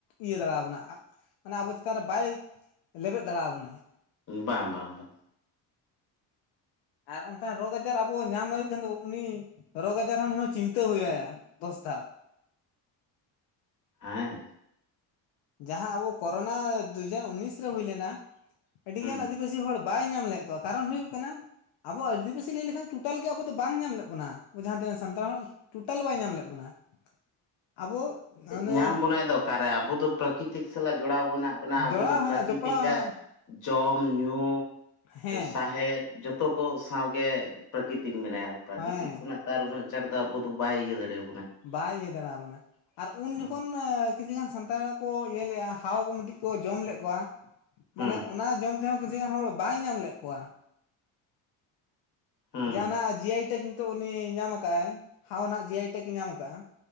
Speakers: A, on the left; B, on the left.
A: ᱤᱭᱟᱹ ᱫᱟᱲᱮ ᱟ ᱵᱚᱱᱟ ᱢᱟᱱᱮ ᱟᱵᱚ ᱪᱮᱛᱟᱱᱨᱮ ᱵᱟᱭ ᱞᱮᱵᱮᱫ ᱫᱟᱲᱮ ᱟ ᱵᱚᱱᱟᱭ᱾
B: ᱵᱟᱝ ᱵᱟᱝ ᱵᱟᱝ
A: ᱟᱨ ᱚᱱᱠᱟᱱ ᱨᱳᱜᱽ ᱟᱡᱟᱨ ᱟᱵᱚ ᱧᱟᱢ ᱫᱟᱲ ᱠᱷᱟᱱ ᱫᱚ ᱩᱱᱤ ᱨᱳᱜᱽ ᱟᱡᱟᱨ ᱦᱚᱸ ᱩᱱᱤ ᱦᱚᱸ ᱪᱤᱱᱛᱟᱹ ᱦᱩᱭ ᱟᱭᱟ ᱫᱚᱥ ᱫᱷᱟᱣ <inaudible>
B: ᱦᱮᱸ
A: ᱡᱟᱦᱟᱸ ᱟᱵᱚ ᱠᱨᱳᱱᱟ ᱫᱩᱦᱡᱟᱨ ᱩᱱᱤᱥ ᱨᱮ ᱦᱩᱭ ᱞᱮᱱᱟ ᱟᱹᱰᱤᱜᱟᱱ
B: ᱦᱩᱸ
A: ᱟᱹᱫᱤᱵᱟᱹᱥᱤ ᱦᱚᱲ ᱵᱟᱭ ᱧᱟᱢ ᱞᱮᱫ ᱠᱚᱣᱟ ᱠᱟᱨᱚᱱ ᱦᱩᱭᱩᱜ ᱠᱟᱱᱟ ᱟᱵᱚᱣᱟᱜ ᱟᱹᱫᱤᱵᱟᱹᱥᱤ ᱞᱟᱹᱭ ᱞᱮᱠᱷᱟᱱ ᱴᱳᱴᱟᱞ ᱜᱮ ᱟᱵᱚ ᱫᱚ ᱵᱟᱝ ᱧᱟᱢ ᱞᱮᱫ ᱵᱚᱱᱟ ᱡᱟᱦᱟᱸ ᱛᱤᱱᱟᱹ ᱥᱟᱱᱛᱟᱲ ᱦᱚᱲ ᱴᱳᱴᱟᱞ ᱵᱟᱭ ᱧᱟᱢ ᱞᱮᱫ ᱵᱚᱱᱟ᱾ <inaudible> ᱚᱱᱮ
B: ᱧᱟᱢ ᱵᱚᱱᱟᱭ ᱫᱚ ᱚᱠᱟᱨᱮ ᱟᱵᱚ ᱫᱚ ᱯᱨᱟᱠᱨᱤᱛᱤᱠ ᱥᱟᱞᱟᱜ ᱡᱚᱲᱟᱣ ᱢᱮᱱᱟᱜ ᱵᱚᱱᱟ ᱟᱵᱚ
A: ᱡᱚᱲᱟᱣ
B: ᱫᱚ
A: ᱦᱮᱱᱟᱜ
B: ᱯᱨᱟᱠᱨᱤᱛᱤᱠᱟᱜ
A: ᱡᱚᱯᱲᱟᱣ ᱦᱮᱱᱟᱜ
B: ᱡᱚᱢ ᱧᱩ
A: ᱦᱮᱸ
B: ᱥᱟᱦᱮᱫ ᱡᱚᱛᱚ ᱡᱚᱛᱚ ᱠᱚ ᱥᱟᱶᱜᱮ ᱯᱨᱟᱠᱨᱤᱛᱤᱠ ᱢᱮᱱᱟᱭᱟ ᱯᱨᱟᱠᱨᱤᱛᱤᱠ
A: ᱦᱮᱸ
B: ᱠᱷᱚᱱᱟᱜ ᱛᱮ ᱟᱨ ᱩᱱᱟᱹᱜ ᱪᱟᱴ ᱫᱚ ᱟᱵᱚ ᱫᱚ ᱵᱟᱭ ᱤᱭᱟᱹ ᱫᱟᱲᱮᱭᱟ
A: ᱵᱟᱭ ᱤᱭᱟᱹ ᱫᱟᱲᱮᱵᱚᱱᱟ ᱟᱨ ᱩᱱ
B: ᱦᱩᱸ
A: ᱡᱚᱠᱷᱚᱱ ᱠᱤᱪᱷᱩ ᱜᱟᱱ ᱥᱟᱱᱛᱟᱲ ᱠᱚ ᱤᱭᱟᱹ ᱞᱮᱫᱼᱟ ᱦᱟᱣ ᱠᱚ ᱢᱤᱫᱴᱤᱡ ᱠᱚ ᱡᱚᱢ ᱞᱮᱫ ᱠᱚᱣᱟ
B: ᱦᱩᱸ
A: ᱢᱟᱱᱮ ᱚᱱᱟ ᱡᱚᱢ ᱛᱮᱦᱚᱸ ᱦᱚᱲ ᱵᱟᱭ ᱧᱟᱢ ᱞᱮᱫ ᱠᱚᱣᱟ᱾
B: ᱦᱩᱸ
A: ᱡᱟᱦᱟᱱᱟᱜ ᱡᱤ ᱟᱭ ᱴᱮᱠ ᱱᱤᱛᱚᱜ ᱩᱱᱤ ᱧᱟᱢ ᱟᱠᱟᱫᱼ ᱟᱭ ᱦᱟᱣ ᱡᱤ ᱟᱭ ᱴᱮᱠ ᱮ ᱧᱟᱢ ᱟᱠᱟᱫᱼᱟ᱾